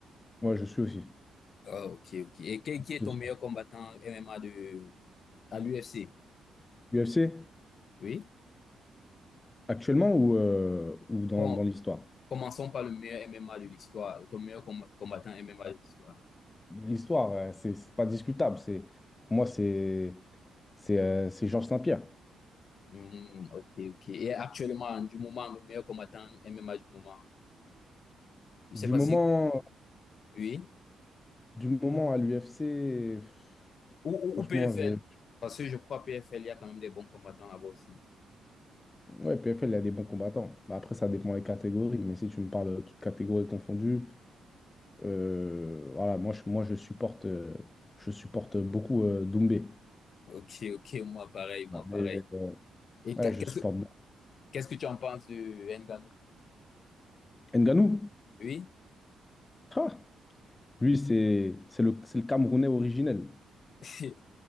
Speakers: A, on the left; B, on the left.
A: Ouais, je suis aussi.
B: Ah, ok, ok. Et quel, qui
A: Je
B: est
A: suis
B: ton
A: aussi.
B: meilleur combattant MMA de, à l'UFC?
A: UFC,
B: Oui?
A: actuellement ou, euh, ou dans,
B: Bon,
A: dans l'histoire?
B: Commençons par le meilleur MMA de l'histoire, ton meilleur comb- combattant MMA de l'histoire.
A: L'histoire, euh, c'est c'est pas discutable. C'est, pour moi, c'est c'est euh, c'est Georges Saint-Pierre.
B: Hmm, ok, ok. Et actuellement, du moment, le meilleur combattant MMA du moment. Je sais
A: Du
B: pas
A: moment,
B: si oui.
A: du moment à l'UFC, pff,
B: Ou, ou,
A: franchement,
B: ou PFL.
A: je,
B: Parce que je crois PFL, il y a quand même des bons combattants là-bas aussi.
A: ouais, PFL, il y a des bons combattants. Bah, après, ça dépend des catégories. Mais si tu me parles de toutes catégories confondues, euh, voilà, moi, je, moi, je supporte, euh, je supporte beaucoup euh, Doumbé.
B: Ok, ok, moi pareil, moi
A: Ouais.
B: pareil.
A: Mais, euh,
B: Et
A: ouais,
B: qu'est-
A: je
B: qu'est-ce
A: supporte
B: que
A: beaucoup.
B: qu'est-ce que tu en penses de Ngannou?
A: Ngannou,
B: Oui,
A: ah, lui, c'est c'est le, c'est le Camerounais originel.
B: <laughs>